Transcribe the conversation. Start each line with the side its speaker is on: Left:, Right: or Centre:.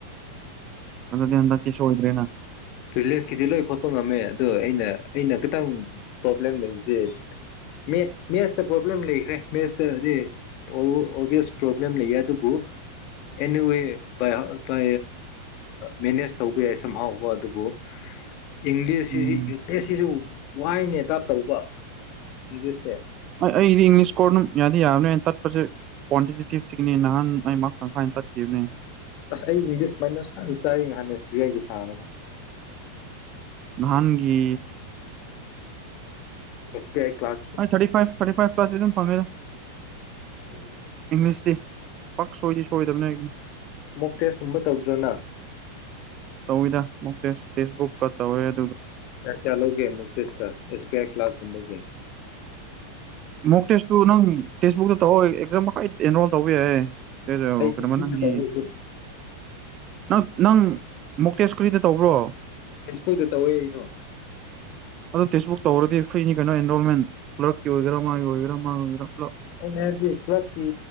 Right: ꯑꯗꯨꯗꯤ ꯍꯟꯗꯛꯇꯤ ꯁꯣꯏꯗ꯭ꯔꯦ ꯅꯪ
Left: ꯄ꯭ꯔꯤꯂꯤꯞꯁꯀꯤꯗꯤ ꯂꯣꯏ ꯈꯣꯠꯄ ꯉꯝꯃꯦ ꯑꯗꯣ ꯑꯩꯅ ꯑꯩꯅ ꯈꯤꯇꯪ ꯄ꯭ꯔꯣꯕ꯭ꯂꯦꯝ ꯂꯩꯕꯁꯦ ꯃꯦꯠꯁ ꯃꯦꯠꯁꯇ ꯄ꯭ꯔꯣꯕ꯭ꯂꯦꯝ ꯂꯩꯈ꯭ꯔꯦ ꯃꯦꯠꯁꯇꯗꯤ ꯑꯣꯚꯌꯁ ꯄ꯭ꯔꯣꯕ꯭ꯂꯦꯝ ꯂꯩꯌꯦ ꯑꯗꯨꯕꯨ ꯑꯦꯅꯤꯋꯦ ꯕꯥ ꯕꯥ ꯃꯦꯅꯦꯖ ꯇꯧꯕ ꯌꯥꯏ ꯁꯝ ꯍꯥꯎ ꯕꯠ ꯑꯗꯨꯕꯨ ꯏꯪꯂꯤꯁ
Right: ꯎꯝ
Left: ꯁꯤ <unintelligible> ꯋꯥꯏꯅꯦ ꯇꯥꯏꯞ ꯇꯧꯕ <unintelligible>
Right: ꯑꯩꯗꯤ ꯏꯪꯂꯤꯁ ꯀꯣꯔꯠꯅꯝ ꯌꯥꯗꯤ ꯌꯥꯕꯅꯦ ꯇꯠꯄꯁꯦ ꯀ꯭ꯋꯥꯟꯇꯤꯇꯤꯇꯤꯛꯅꯤ ꯅꯍꯥꯟ ꯑꯩꯃꯛ ꯇꯪꯈꯥꯏ ꯃ ꯇꯠꯈꯤꯕꯅꯤ
Left: ꯑꯁ ꯑꯩ ꯏꯪꯂꯤꯁ ꯃꯥꯏꯅꯁ ꯐꯖꯟ ꯆꯥꯏ ꯅꯍꯥꯟ ꯑꯦꯁ ꯕꯤ ꯑꯥꯏꯒꯤ ꯊꯥꯔꯒ
Right: ꯅꯍꯥꯟꯒꯤ
Left: ꯑꯦꯁ ꯕꯤ ꯑꯥꯏ ꯀ꯭ꯂꯥꯔꯛꯀꯤ
Right: thirty five thirty five plus T ꯑꯗꯨꯝ ꯐꯪꯅꯤꯗ
Left: ꯎꯝ
Right: ꯏꯪꯂꯤꯁꯇꯤ ꯄꯛ ꯁꯣꯏꯗꯤ ꯁꯣꯏꯗꯕꯅꯦ ꯑꯩꯒꯤ
Left: ꯃꯣꯛ ꯇꯦꯁꯀꯨꯝꯕ ꯇꯧꯗ꯭ꯔꯣ ꯅꯪ
Right: ꯇꯧꯏꯗ ꯃꯣꯛ ꯇꯦꯁ ꯇꯦꯏꯁꯕꯨꯛꯀ ꯇꯧꯑꯦ
Left: ꯀꯌꯥ ꯀꯌꯥ ꯂꯧꯒꯦ ꯃꯣꯛ ꯇꯦꯏꯁ ꯇ ꯑꯦꯁ ꯕꯤ ꯑꯥꯏ ꯀ꯭ꯂ ꯀꯨꯝꯕꯒꯤ
Right: ꯃꯣꯛ ꯇꯦꯁꯇꯨ ꯅꯪ ꯇꯦꯛꯁꯕꯨꯛꯇ ꯇꯧ ꯑꯦꯛꯖꯥꯝ ꯃꯈꯥꯏ ꯑꯦꯟꯔꯣꯜ ꯇꯧꯕ ꯌꯥꯏꯦ ꯑꯣ
Left: ꯑꯩ ꯇꯦꯖꯄꯨꯔꯗ
Right: ꯀꯩꯅꯃ ꯅꯪꯒꯤ
Left: ꯇꯧꯋꯦ ꯑꯩꯁꯨ
Right: ꯅꯪ ꯅꯪ ꯃꯣꯛꯇꯦꯁꯀꯨꯔꯤꯗ ꯇꯧꯕ꯭ꯔꯣ
Left: ꯁꯄꯨꯗ ꯇꯧꯋꯦ ꯑꯩꯁ‌ꯣ
Right: ꯑꯗꯣ ꯇꯦꯛꯁꯕꯨꯛ ꯇꯧꯔꯗꯤ ꯐꯅꯤ ꯀꯩꯅꯣ ꯑꯦꯟꯔꯣꯜꯃꯦꯟ ꯀ꯭ꯂꯞꯀꯤ ꯑꯣꯏꯒꯦꯔꯥ ꯃꯥꯒꯤꯒꯦꯔꯥ ꯃꯥꯒꯤ ꯑꯣꯏꯒꯦꯔꯥ ꯄꯨ
Left: ꯃ ꯗꯈꯂ ꯀ